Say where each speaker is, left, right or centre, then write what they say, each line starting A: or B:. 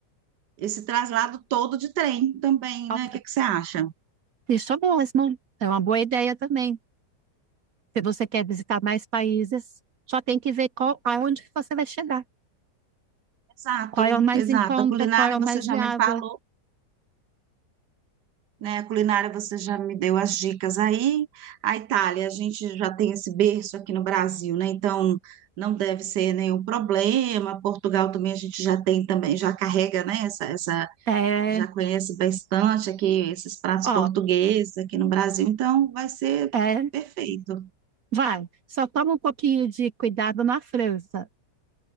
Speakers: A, on the right (about 70°); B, on the right (about 55°).
A: esse traslado todo de trem também,
B: Ó,
A: né? O que que você acha?
B: Isso mesmo. É uma boa ideia também. Se você quer visitar mais países, só tem que ver qual, aonde que você vai chegar.
A: Exato,
B: Qual é o mais
A: exato.
B: em conta,
A: A culinária
B: qual é o
A: você
B: mais
A: já
B: viável.
A: me falou, né? A culinária você já me deu as dicas aí. A Itália, a gente já tem esse berço aqui no Brasil, né? Então não deve ser nenhum problema. Portugal também a gente já tem também, já carrega, né? Essa, essa
B: É,
A: já conhece bastante aqui esses pratos
B: ó,
A: portugueses aqui no Brasil, então vai ser
B: é,
A: perfeito.
B: vai. Só toma um pouquinho de cuidado na França.